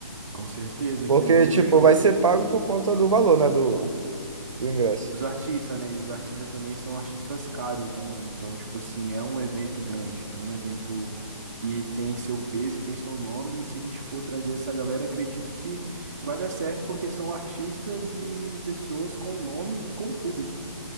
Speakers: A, on the right; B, on the right.
A: Com certeza
B: Porque,
A: que aí
B: tipo,
A: o show.
B: vai ser pago por conta do valor, né, do, do ingresso.
A: dos artistas, né? E os artistas também são artistas caros, né, mano? Então, tipo assim, é um evento grande, é um evento que tem seu peso e tem seu nome. E se a gente for trazer essa galera, acredito que vai dar certo, porque são artistas e pessoas com nome e com público,